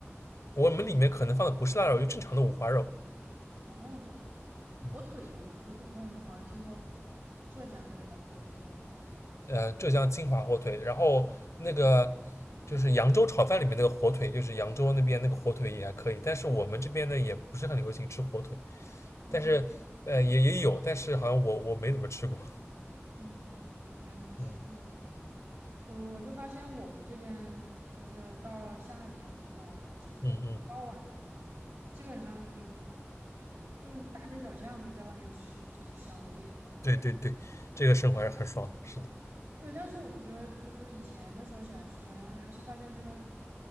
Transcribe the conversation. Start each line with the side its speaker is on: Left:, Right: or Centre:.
Left: 我们里面可能放的不是腊肉，就正常的五花肉。
Right: 哦，火腿肉嘛，
Left: 嗯，
Right: 火腿肉好像听说浙江那边的火腿很好。
Left: 呃，浙江金华火腿，然后那个就是扬州炒饭里面那个火腿，就是扬州那边那个火腿也还可以，但是我们这边呢也不是很流行吃火腿。
Right: 嗯
Left: 但是呃也也有，但是好像我我没怎么吃过。
Right: 嗯，原来是这样。
Left: 嗯
Right: 我我就发现我们这边就是到了夏天之后啊，就一到晚上。
Left: 嗯嗯，
Right: 基本上就是就是大街小巷就在外面吃就是宵夜。
Left: 对对对，这个生活还是很爽的，是的。
Right: 对，但是我就觉得就是以前的时候喜欢吃宵夜，还是发现这个